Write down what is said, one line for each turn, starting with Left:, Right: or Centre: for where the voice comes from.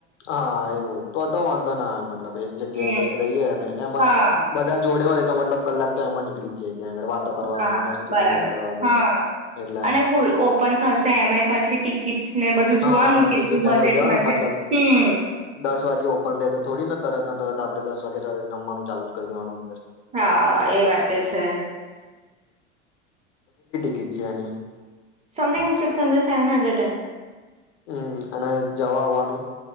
Left: હા એવું તો તો વાંધો ના મતલબ એક જગ્યાએ
Right: હમ
Left: કઈ રહીએ અને એમાં
Right: હા
Left: બધા જોડયો હોય. તો મતલબ કલાક તો એમાં નીકળી જાય. ત્યાં આગળ વાતો કરવામાં
Right: હા
Left: મસ્તી
Right: બરાબર
Left: મજાક કરવામાં
Right: હા
Left: એટલે
Right: અને ખુ ઓપન થશે એમાંય પછી ટિકિટસને બધું
Left: હા
Right: જોવાનું કેટલું
Left: ટિકિટ ને બધું
Right: બજેટમાં
Left: લેવાનું
Right: છે
Left: મતલબ
Right: હ.
Left: દસ વાગે ઓપન થાય તો થોડી નથી. તરત ના તરત આપડે દસ વાગેરે જમવાનું ચાલુ જ કરી દેવાનું અંદર
Right: હા એ વાતે છે.
Left: ઘિરજાની
Right: something six hundred seven hundred
Left: હમ અને જવા આવવાનું